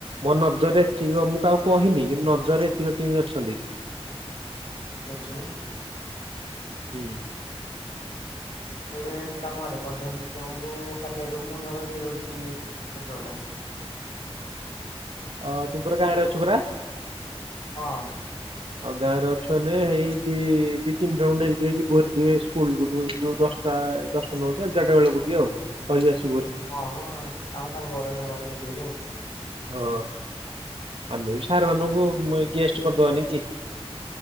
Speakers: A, on the right (about 60°); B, on the left (about 65°).
A: ମୋ ନଜରେ ଏତିକ ମୁଁ କାହାକୁ କହିନି କି ନଜରରେ ଏତିକ ଟିମ ଅଛନ୍ତି।
B: ଠିକ୍ ଅଛି।
A: ହୁଁ।
B: ଗୋଟେ କାମ କରେ ପ୍ରଧାନ ଶିକ୍ଷକଙ୍କୁ କାଲି ଆଡକୁ ମୁଁ ଦେଇଦଉଛି ପେଟର ଟା।
A: ଅ ତୁ ପରା ଗାଁରେ ଅଛୁ ପରା।
B: ହଁ।
A: ଆଉ ଗାଁ ରେ ଅଛେ ଏଇି ଦି ତିନି ଜଣ ନେଇକି ଟିକେ ଭୋ ଟିକେ ସ୍କୁଲ ଗୋ ଯୋ ଦଶ ପ୍ରାଏ ଦଶଟା ନୁଅ ତ ଏଗାରଟା ବେଳକୁ ଆଉ କହିକି ଆସି
B: ହଁ ଆ ସାଙ୍ଗ ଘ ସାଙ୍ଗ ରେ ଯିବି ଭାରି ଆଉ।
A: ହଁ। ଆମେ ବି ସାର୍ ମାନଙ୍କୁ ଗେଷ୍ଟ କରିଦବାନି କି।